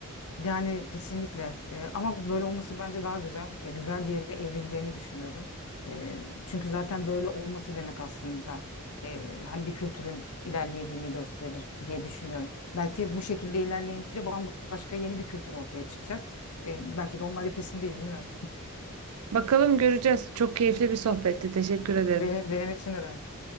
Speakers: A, on the left; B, on the right.
A: Yani kesinlikle E, ama böyle olması bence daha güzel. E, güzel bir yere evrileceğini düşünüyorum. E, çünkü zaten böyle olması demek aslında e, hani bir kültürün ilerlediğini gösterir diye düşünüyorum. Belki bu şekilde ilerleyince bambaşka yeni bir kültür ortaya çıkacak. E, belki de onun arifesindeyiz bilmiyorum.
B: Bakalım göreceğiz. Çok keyifli bir sohbetti. Teşekkür ederim.
A: Benim, benim için de demek.